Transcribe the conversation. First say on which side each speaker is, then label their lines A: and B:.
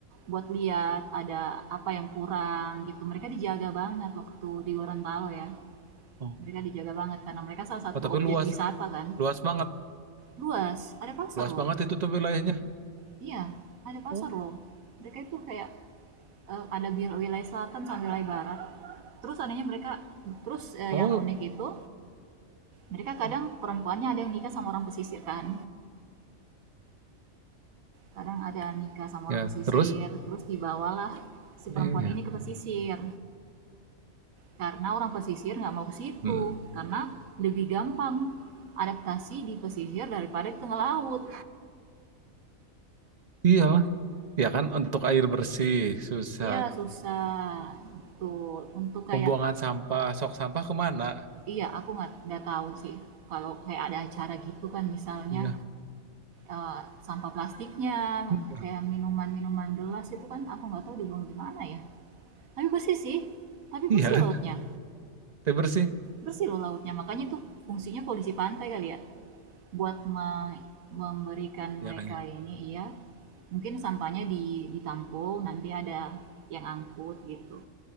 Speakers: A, on the right (about 85°); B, on the right (about 35°).
A: buat lihat ada apa yang kurang gitu. Mereka dijaga banget waktu di Gorontalo ya.
B: Oh,
A: Mereka dijaga banget karena mereka salah satu
B: oh tapi
A: objek
B: luas
A: wisata kan.
B: luas banget,
A: Luas, ada pasar
B: luas
A: loh.
B: banget itu tuh wilayahnya.
A: Iya, ada pasar
B: Oh,
A: loh. Mereka itu kayak eh, ada bil- wilayah selatan sampai wilayah barat. Terus anehnya mereka terus eh,
B: oh,
A: yang unik itu mereka
B: oh.
A: kadang perempuannya ada yang nikah sama orang pesisir kan kadang ada nikah sama orang
B: ya
A: pesisir
B: terus,
A: terus dibawalah si
B: Iya,
A: perempuan
B: iya
A: ini ke pesisir karena orang pesisir nggak mau ke situ
B: Hmm.
A: karena lebih gampang adaptasi di pesisir daripada di tengah laut
B: Iyalah, ya kan untuk air bersih susah.
A: iya susah betul untuk kayak
B: Pembuangan sampah, sok sampah kemana?
A: iya aku nggak nggak tahu sih kalau kayak ada acara gitu kan misalnya
B: Iya,
A: eh, sampah plastiknya
B: iya
A: kayak minuman-minuman gelas itu kan aku nggak tahu dibuang di mana ya Tapi bersih sih. Tapi
B: Iya
A: bersih
B: kan,
A: lautnya.
B: air bersih,
A: Bersih loh lautnya. Makanya itu fungsinya polisi pantai kali ya. Buat me- memberikan
B: ya
A: mereka
B: kan ya.
A: ini iya. Mungkin sampahnya di ditampung, nanti ada yang angkut gitu.